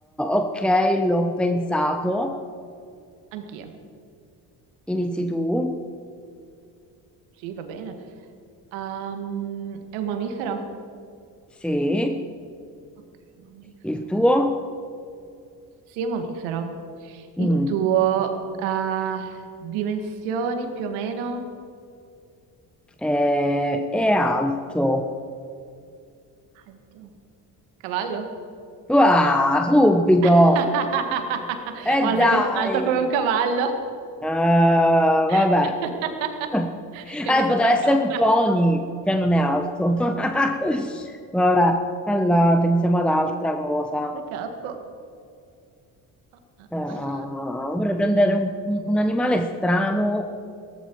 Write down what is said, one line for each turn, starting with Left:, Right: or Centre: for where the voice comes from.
Centre: ok, l'ho pensato.
Right: anch'io.
Centre: Inizi tu.
Right: Sì, va bene. Ehm, è un mammifero?
Centre: Sì,
Right: Ok, mammifero.
Centre: il tuo.
Right: Sì, è un mammifero. Il
Centre: Mm.
Right: Mm. tuo, eh, dimensioni più o meno?
Centre: Eh, è alto.
Right: Alto. Cavallo?
Centre: Ah, subito!
Right: <laughs> No,
Centre: E
Right: Guarda,
Centre: dai!
Right: così, alto come un cavallo.
Centre: Ah,
Right: <laughs>
Centre: vabbè. <laughs> Eh,
Right: Io ho pensato
Centre: potrà
Right: alla
Centre: essere
Right: capra.
Centre: un pony, che non è alto. <laughs> Vabbè, allora pensiamo ad altra cosa.
Right: la capo. Ah, ah,
Centre: Ah,
Right: ah.
Centre: vorrei prendere un, un animale strano.